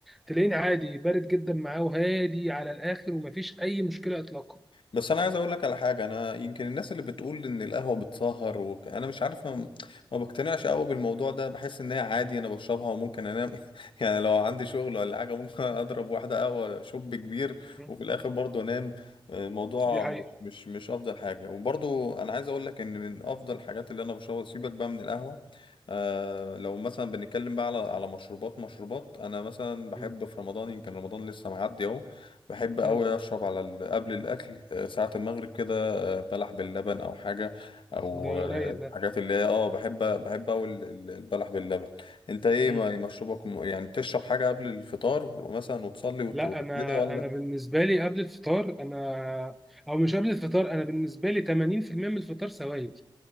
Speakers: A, in the centre; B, on the left.
A: تلاقيني عادي بارد جدا معاه وهادي على الاخر ومفيش اي مشكله اطلاقا
B: بس انا عايز اقول لك على حاجه انا يمكن الناس اللي بتقول ان القهوه بتسهر وك... انا مش عارف ما, ما بقتنعش قوي بالموضوع ده بحس ان هي عادي انا بشربها وممكن انام <laughs> يعني لو عندي شغل ولا حاجه ممكن اضرب واحده قهوه شوب كبير
A: م.
B: وفي الاخر برضه انام الموضوع
A: دي حقيقه
B: مش مش مش افضل حاجه وبرضه انا عايز اقول لك ان من افضل الحاجات اللي انا بشربها سيبك بقى من القهوه آه لو مثلا بنتكلم بقى على على مشروبات مشروبات انا مثلا بحب
A: مم.
B: في رمضان يمكن رمضان لسه معدي اهو بحب أوي
A: مم.
B: أشرب على ال- قبل الأكل آه، ساعة المغرب كده آه، بلح باللبن أو حاجة أو
A: ده
B: اه
A: رايق
B: آه، حاجات اللي هي أه بحب بحب أوي ال- ال- البلح باللبن أنت إيه
A: ده
B: ما- مشروبك م- يعني بتشرب حاجة قبل الفطار مثلا وتصلي وت-
A: لا
B: وكده
A: انا
B: ولا؟
A: انا بالنسبه لي قبل الفطار انا او مش قبل الفطار انا بالنسبه لي 80% من الفطار سوائل